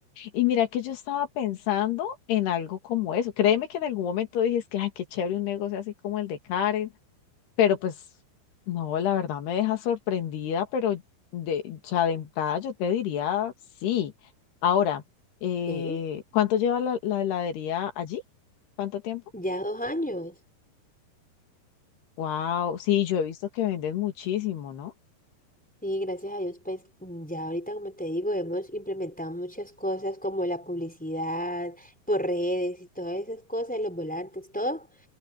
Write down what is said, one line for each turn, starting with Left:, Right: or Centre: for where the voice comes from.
Left: y mira que yo estaba pensando en algo como eso. Créeme que en algún momento dije, es que, ay, qué chévere un negocio así como el de Karen Pero pues, no, la verdad me deja sorprendida, pero de, o sea, de entrada yo te diría sí. Ahora, eh,
Centre: ¿Qué?
Left: ¿cuánto lleva la, la heladería allí? ¿Cuánto tiempo?
Centre: Ya dos años.
Left: Wow, sí, yo he visto que venden muchísimo, ¿no?
Centre: Sí, gracias a Dios, pues mm, ya ahorita, como te digo, hemos implementado muchas cosas como la publicidad por redes y todas esas cosas, los volantes, todo.